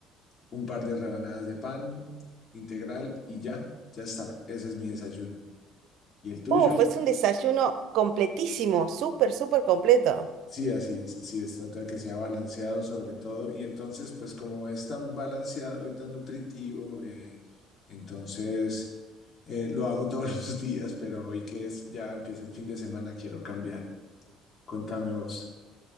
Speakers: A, on the left; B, on the right.
A: un par de rebanadas de pan integral y ya, ya está. Ese es mi desayuno. ¿Y el tuyo?
B: uf, es un desayuno completísimo, súper, súper completo.
A: Sí, así es, así es. Trata de que sea balanceado sobre todo. Y entonces, pues como es tan balanceado y tan nutritivo, eh, entonces eh, lo hago todos <laughs> los días, pero hoy que es, ya empieza el fin de semana, quiero cambiar. Contame vos,